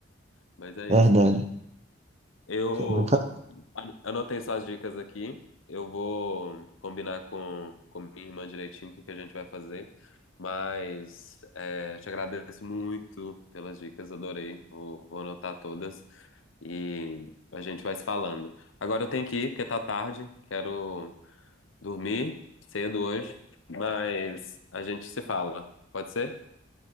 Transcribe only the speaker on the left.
mas é
isso. Eu
Olha, Anotei suas dicas aqui. Eu vou combinar com, com minha irmã direitinho o que que a gente vai fazer. Mas é, te agradeço muito pelas dicas, adorei. Vou, vou anotar todas e a gente vai se falando. Agora eu tenho que ir, porque tá tarde. Quero dormir cedo hoje, mas a gente se fala. Pode ser?